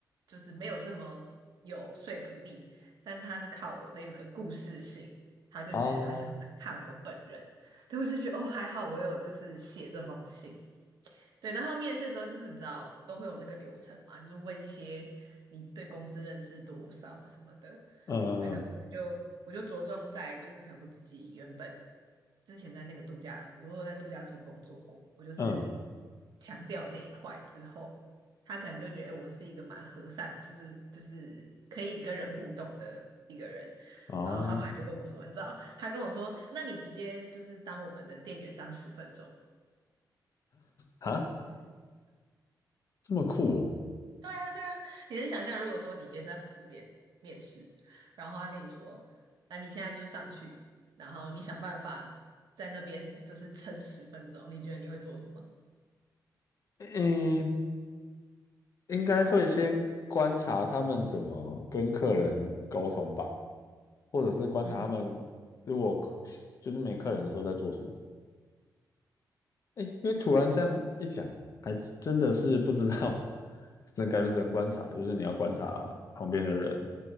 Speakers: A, on the right; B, on the left.
A: 就是没有这么有说服力，但是他是靠我的有个故事性，他就觉得他想来看我本人，
B: 哦，
A: 对，我就觉得哦还好我有就是写这封信。对，然后面试的时候就是你知道都会有那个流程嘛，就是问一些你对公司认识多少什么的，
B: 嗯
A: 对，然后我就我就着重在就是可能我自己原本之前在那个度假，我有在度假村工作过，我就是
B: 嗯
A: 强调那一块之后，他可能就觉得诶我是一个蛮和善，就是就是可以跟人互动的一个人，
B: 哦，
A: 然后他后来就跟我说，你知道，他跟我说，那你直接就是当我们的店员当十分钟。
B: 哈，这么酷哦。
A: 对啊，对啊，你能想象，如果说你今天在服饰店面试，然后他跟你说，那你现在就是上去，然后你想办法在那边就是撑十分钟，你觉得你会做什么？
B: 诶，应该会先观察他们怎么跟客人沟通吧，或者是观察他们如果客就是没客人的时候在做什么。
A: 嗯
B: 哎，因为突然这样一想，还真的是不知道，只能感觉只能观察，就是你要观察旁边的人